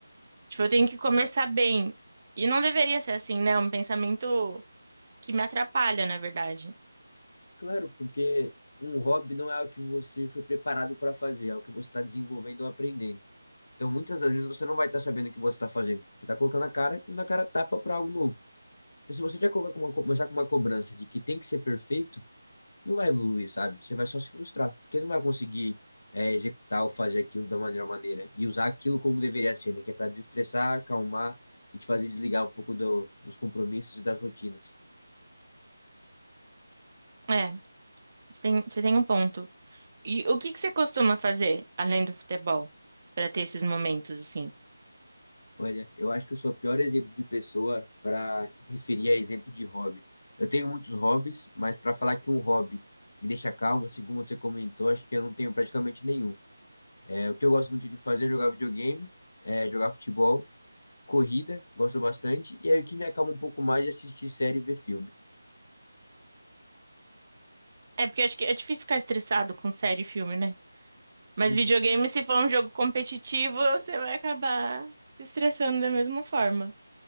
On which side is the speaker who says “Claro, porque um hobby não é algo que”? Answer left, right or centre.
Left